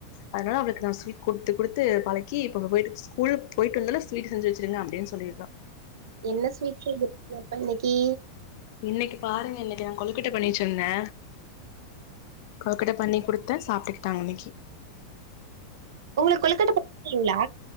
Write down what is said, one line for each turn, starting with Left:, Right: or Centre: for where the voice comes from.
Left: அதனால அவளுக்கு நான் ஸ்வீட் குடுத்து குடுத்து பழக்கி இப்ப போயி ஸ்கூல் போயிட்டு வந்தோன ஸ்வீட் செஞ்சு வச்சுருங்க அப்டின்னு சொல்லி இருக்கா
Right: என்ன ஸ்வீட்ஸ் இப்ப இன்னைக்கு
Left: இன்னைக்கு பாருங்க இன்னைக்கு நா கொழுக்கட்டை பண்ணிவச்சிருந்தே கொழுக்கட்டை பண்ணி குடுத்தே சாப்ட்டுக்கிட்டாங்க இன்னைக்கு
Right: உங்களுக்கு கொழுக்கட்டை பண்ணுவீங்களா